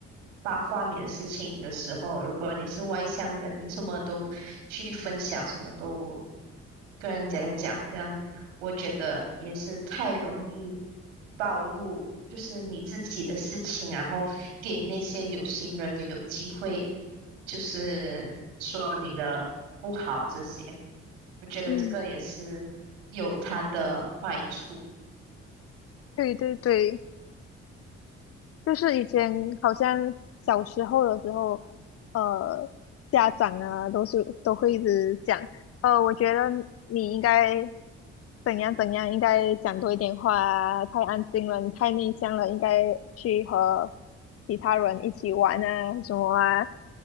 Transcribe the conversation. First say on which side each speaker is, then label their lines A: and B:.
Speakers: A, on the right (about 75°); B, on the left (about 40°).
A: 八卦你的事情的时候，如果你是外向的，你什么都去分享，什么都跟人家讲，这样我觉得也是太容易暴露，就是你自己的事情，然后给那些有心人有机会，就是说你的不好这些。我觉得这个也是有它的坏处。
B: 嗯，对对对。就是以前好像小时候的时候，呃，家长啊都是都会一直讲，呃，我觉得你应该怎样怎样，应该讲多一点话啊，太安静了，你太内向了，应该去和其他人一起玩啊什么啊。